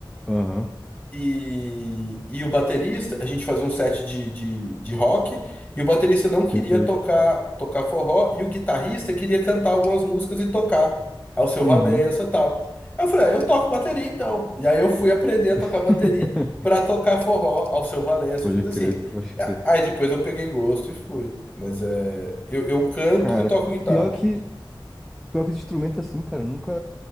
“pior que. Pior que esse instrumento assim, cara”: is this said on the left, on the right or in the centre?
Centre